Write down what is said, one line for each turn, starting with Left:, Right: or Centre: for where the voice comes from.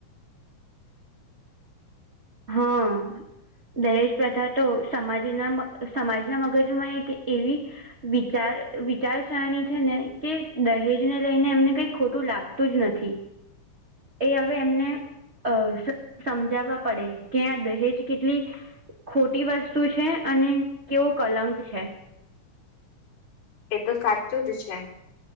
Left: <unintelligible>
Right: હા દહેજ પ્રથા તો સમાજના, સમાજના મગજમાં એક એવી વિચાર વિચારસરણી છે ને કે, દહેજ ને લઈને, એમને કઈ ખોટું લાગતું જ નથી.
Left: <unintelligible>
Right: એ હવે, એમને અ સમજાવવા. પડે કે, આ દહેજ કેટલી ખોટી વસ્તુ છે, અને કેવો કલંક છે.
Left: એ તો સાચું જ છે,